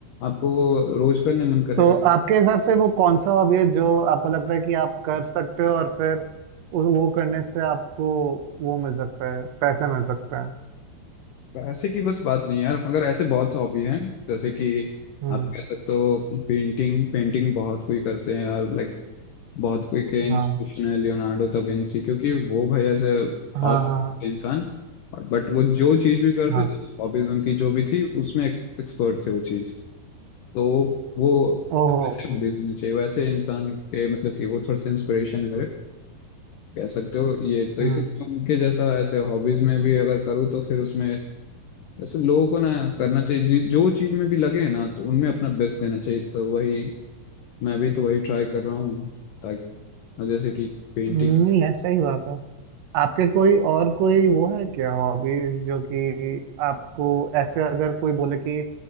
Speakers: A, on the left; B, on the right.
A: आपको वो रोज करने मन करेगा
B: तो आपके हिसाब से वो कौन सा हॉबी है जो आपको लगता है कि आप कर सकते हो और फिर उ- वो करने से आपको वो मिल सकता है पैसे मिल सकते हैं
A: ऐसे की बस बात नहीं यार मगर ऐसे बहुत हॉबी हैं जैसे कि
B: हम्म
A: आप कह सकते हो पेंटिंग पेंटिंग बहुत कोई करते हैं यार लाइक बहुत कोई के इंस्पिरेशन
B: हाँ
A: है लियोनार्डो दा विंची क्योंकि वो भाई ऐसे
B: हाँ
A: ऑल
B: हाँ हाँ
A: इंसान बट वो जो चीज भी करते
B: हाँ
A: थे हॉबीज उनकी जो भी थी उसमें एक्सपर्ट थे वो चीज तो वो
B: ओहो
A: वैसे हॉबीज होनी चाहिए वैसे इंसान के मतलब कि वो थोड़ा सा इंस्पिरेशन है मेरे कह सकते हो ये तो
B: हम्म
A: इसलिए उनके जैसा ऐसे हॉबीज में भी अगर करूँ तो फिर उसमें ऐसे लोगों को ना करना चाहिए जि- जो चीज में भी लगे ना तो उनमें अपना बेस्ट देना चाहिए तो वही मैं भी तो वही ट्राई कर रहा हूँ ताकि जैसे कि पेंटिंग
B: नहीं है सही बात है आपके कोई और कोई वो है क्या हॉबीज जो कि आपको ऐसे अगर कोई बोले कि